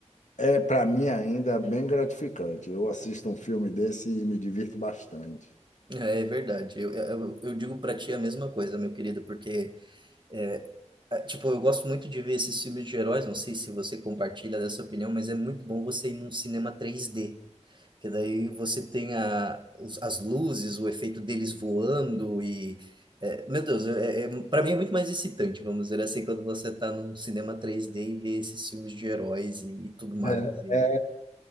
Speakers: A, on the left; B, on the right.
A: é, para mim, ainda é bem gratificante. Eu assisto um filme desse e me divirto bastante.
B: É, é verdade. Eu, é, eu, eu digo pra ti a mesma coisa, meu querido, porque é, é, tipo, eu gosto muito de ver esses filmes de heróis, não sei se você compartilha dessa opinião, mas é muito bom você ir num cinema três d Que daí você tem a, os- as luzes, o efeito deles voando e. é, meu Deus, é, é, para mim é muito mais excitante, vamos dizer assim, quando você tá num cinema três d e vê esses filmes de heróis e, e tudo mais.
A: É.
B: E- <laughs>